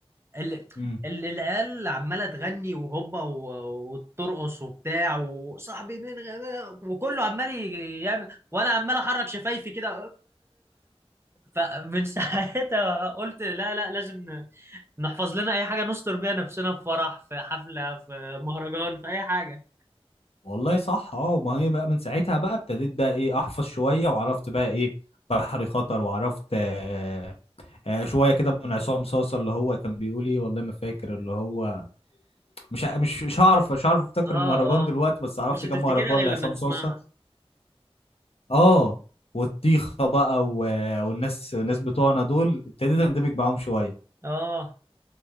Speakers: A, on the right; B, on the left.
A: ال...
B: مم.
A: ال- العيال عماله تغني وهوبا و- وترقص وبتاع وصاحبي من غباء وكله عمال ي- يعمل وانا عمال احرك شفايفي كده فمن ساعتها قلت لا لا لازم ن- نحفظ لنا اي حاجه نستر بيها نفسنا في فرح في حفله في مهرجان في اي حاجه
B: والله صح اه ما هي بقى من ساعتها بقى ابتديت بقى ايه احفظ شوية وعرفت بقى ايه بحري خطر وعرفت آه آه شوية كده من عصام صاصة اللي هو كان بيقول ايه والله ما فاكر اللي هو مش ه- مش مش هعرف مش هعرف افتكر
A: اه
B: المهرجان
A: اه
B: دلوقتي بس عرفت
A: مش
B: كم
A: هتفتكرها
B: مهرجان
A: غير
B: لعصام
A: لما تسمعها
B: صوصه اه والطيخه بقى و... والناس الناس بتوعنا دول ابتديت اندمج معاهم شويه
A: اه